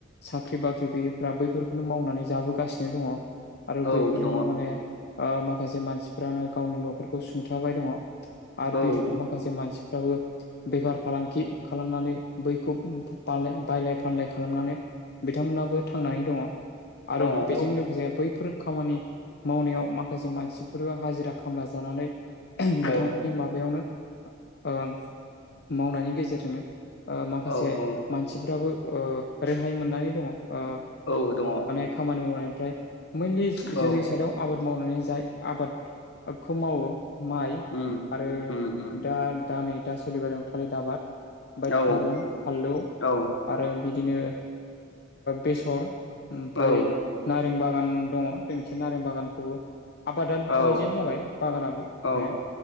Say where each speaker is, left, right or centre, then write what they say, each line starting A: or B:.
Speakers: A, on the left; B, on the left.
A: साख्रि बाख्रि गैयैफ्रा बैफोरखौनो मावनानै जाबोगासिनो दङ आरो बैफोरजोंनो
B: औ दङ
A: माने ओ माखासे मानसिफ्रानो गावनि न'फोरखौ सुंथाबाय दङ। आरो
B: औ
A: बिदिनो माखासे मानसि बाबो बेफार फालांगि खालामनानै बैखौ बायलाय बायलाय फानलाय खालामनानै बिथांमोनहाबो थांनानै दङ आरो
B: दङ औ
A: बेजों लोगोसे बैफोर खामानि मावनायाव माखासे मानसिफोर हाजिरा खामला जानानै
B: औ
A: बिथां माबायावनो ओ मावनायनि गेजेरजोंनो ओ माखासे
B: औ औ
A: मानसिफ्राबो ओ रेहाय मोननानै दङ ओ
B: औ दङ
A: माने खामानि मावनायनिफ्राय मैनलि
B: औ
A: जोंनि साइडाव आबाद मावनानै जाय आबादखौ मावो। माइ
B: उम
A: आरो
B: उम उम
A: दा दा नै दा सोलिबाय दं थालिर आबाद ओमफ्राय
B: औ
A: थारुन फानलौ
B: औ
A: आरो बिदिनो बेसर ओमफ्राय
B: औ
A: नारें बागान दङ जोंनिखै नारें बागानखौबो आबादा
B: औ
A: बायदियानो जाबाय बागानाबो माने
B: औ